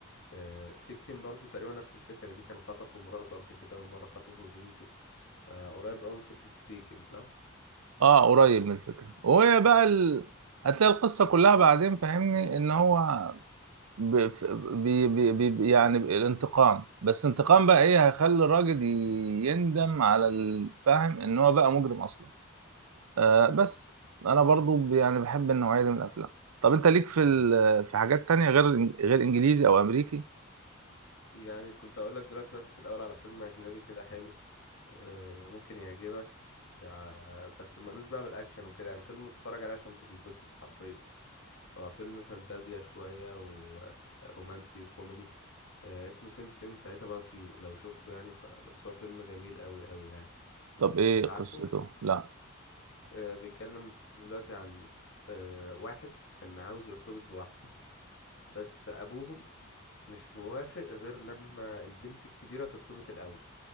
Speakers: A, on the left; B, on the right.
A: آه، تيكن برضو تقريبا نفس الفكرة دي كانوا خطفوا مراته قبل كده ومرة خطفوا بنته فقريب أوي من فكرة تيكن صح؟
B: اه قريب من الفكرة وهي بقى ال... هتلاقي القصة كلها بعدين فاهمني ان هو ب... ف- بي... بي... بي... يعني الانتقام بس انتقام بقى ايه هيخلي الراجل ي- يندم على الفاهم ان هو بقى مجرم اصلا آه بس انا برضو ب- يعني بحب النوعية دي من الافلام طب انت ليك في ال...
A: مم.
B: في حاجات تانية غير الإنج- غير انجليزي او امريكي
A: يعني كنت أقول لك دلوقتي بس الأول على فيلم أجنبي كده حلو آه، ممكن يعجبك آه، بس ملوش بقى بالاكشن وكده يعني فيلم تتفرج عليه عشان تنبسط حرفيا هو فيلم فانتازيا شويه ورومانسي وكوميدي آه، اسمه 10 things I hate about you لو شفته يعني ف... بس هو فيلم جميل قوي قوي يعني
B: طب ايه
A: انت
B: قصته
A: عارفه
B: لا
A: آه، بيتكلم دلوقتي عن آه، واحد كان عاوز يرتبط بواحد بس ابوهم مش موافق غير لما البنت الكبيره ترتبط الاول